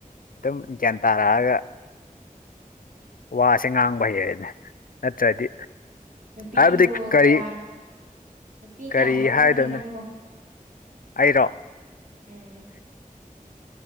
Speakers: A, on the left; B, on the right.
A: ꯑꯗꯨꯝ ꯒ꯭ꯌꯥꯟ ꯇꯥꯔꯛꯑꯒ ꯋꯥꯁꯦ ꯉꯥꯡꯕ ꯍꯩꯌꯦꯅꯦ ꯅꯠꯇ꯭ꯔꯗꯤ
B: ꯅꯨꯄꯤꯕꯨ
A: ꯍꯥꯏꯕꯗꯤ ꯀꯔꯤ
B: ꯀꯌꯥ ꯅꯨꯄꯤ
A: ꯀꯔꯤ
B: ꯀꯌꯥꯝ ꯀꯣꯏꯔꯝꯃꯒꯦ
A: ꯍꯥꯏꯗꯣꯏꯅꯣ
B: ꯅꯪꯕꯨ
A: ꯑꯩꯔꯣ
B: ꯎꯝ